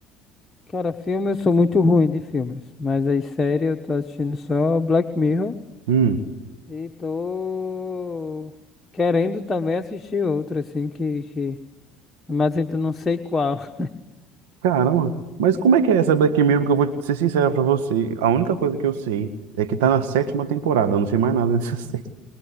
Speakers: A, on the left; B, on the right.
A: Cara, filme, eu sou muito ruim de filmes, mas aí série eu tô assistindo só Black Mirror
B: Hum,
A: e tô querendo também assistir outra, assim, que, que... mas ainda não sei qual. <laughs>
B: caramba. Mas como é que é essa Black Mirror? Porque eu vou ser sincero pra você. A única coisa que eu sei é que tá na sétima temporada. Eu não sei mais nada <laughs> dessa série.